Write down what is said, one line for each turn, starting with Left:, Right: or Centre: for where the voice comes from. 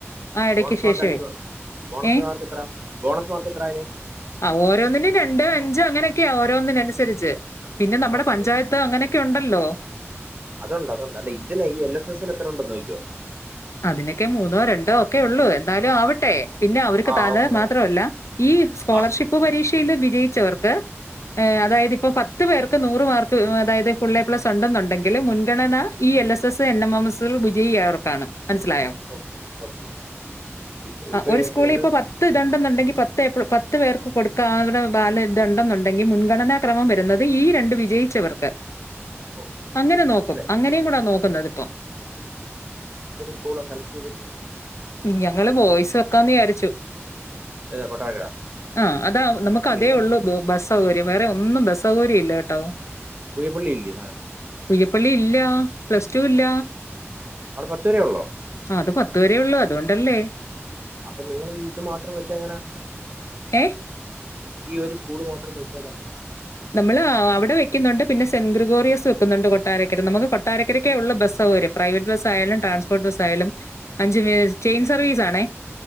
Left: ആ എടക്ക്
Right: ബോണസ്
Left: ശേഷവേ
Right: മാർക്ക് അഞ്ച് മാർക്ക് ബോണസ്
Left: ഏ
Right: മാർക്ക് എത്ര ബോണസ് മാർക്ക് എത്ര അതിന്
Left: ആ ഓരോന്നിനും രണ്ടോ, അഞ്ചോ അങ്ങനെ ക്ക്യാ ഓരോന്നിനനുസരിച്ച് പിന്നെ നമ്മടെ
Right: ഓക്കെ
Left: പഞ്ചായത്ത് അങ്ങനെക്കെയുണ്ട് ലോ
Right: അതുണ്ട് അതുണ്ട് അല്ലെ ഇതിനെ ഈ എൽ എസ് എസ്സിന് എത്ര ഉണ്ടന്ന് നോക്കിയോ
Left: അതിനെക്കെ മൂന്നോ, രണ്ടോ, ഒക്കെ ഉള്ളൂ എന്നാലും ആവട്ടെ പിന്നെ അവർക്ക്
Right: ആ ഓക്കെ
Left: <unintelligible> മാത്രല്ല
Right: ഓക്കെ
Left: ഈ സ്കോളർഷിപ്പ്
Right: ആ
Left: പരീക്ഷയിൽ വിജയി ച്ചവർക്ക് എ
Right: ആ
Left: അതായത് ഇപ്പൊ പത് ത്ത് പേർക്ക് നൂറ് മാർക്ക് അതായത് ഫുൾ എ പ്ലസ് ഉണ്ടെന്നുണ്ടെങ്കിൽ മുൻഗണന ഈ L S S N M M എസ്സിൽ വിജയിയവർക്കാണ് മനസ്സിൽ ആയോ
Right: ഓക്കെ ഓക്കെ ഇപ്പൊ ഇപ്പൊ
Left: ഒരു സ്കൂളിൽ
Right: ഏതൊക്കെ
Left: ഇപ്പൊ പത്തു ഇത് ഉണ്ടെന്ന് പത്ത് എ പേർക്ക് കൊടുക്കാ ബാല ഇതുണ്ടെന്നുണ്ടെങ്കിൽ മുൻഗണനാക്രമം വരുന്നത് ഈ രണ്ട് വിജയിച്ചവർക്ക്
Right: ഓക്കെ
Left: അങ്ങനെ നോക്കും
Right: മനസ്സിലായി
Left: അങ്ങനെയ കൂടാ നോക്കുന്നതിപ്പം
Right: മന- സ്കൂള് സെലക്ട് ചെയ്തിരുന്നേ
Left: ഞങ്ങള് ബോയ്സ് വെക്കാന്ന് വിചാരിച്ചു
Right: ഏതാ കൊട്ടാരക്കര
Left: ആഹ് അതാ നമുക്ക്
Right: പിന്നെ
Left: അതേ ഉള്ളൂ ബു ബസ് സൗകര്യം വേറെ ഒന്നും ബസ് സൗകര്യം ഇല്ല കേട്ടോ
Right: പുയപള്ളില്ലേ സാനം
Left: പുയ്യപ്പള്ളി ഇല്ല പ്ലസ് ടു ഇല്ല
Right: അവടെ പത്തുവരെയുള്ളോ
Left: അത് പത്ത് തേ ഉള്ളൂ അതോണ്ടല്ലേ
Right: അപ്പൊ നിങ്ങൾ ഇത് മാത്രം വെച്ച് എങ്ങനാ
Left: ഏഹ്?
Right: ഈ ഒരു സ്കൂളിൽ മാത്രം വിളിച്ചാൽ എങ്ങനാ
Left: നമ്മള് അവിടെ വെക്കുന്നുണ്ട് പിന്നെ സെന്റ് ഗ്രിഗോറിയസ് വെക്കുന്നുണ്ട് കൊട്ടാരക്കര നമുക്ക് കൊട്ടാരക്കരക്കെ ഉള്ളൂ ബസ് സൗകര്യം പ്രൈവറ്റ് ബസ്സായാലും ട്രാൻസ്പോർട്ട് ബസ്സായാലും അഞ്ചിന്
Right: ഉം,
Left: ചെയിൻ സർവീസ് <unintelligible> ണെ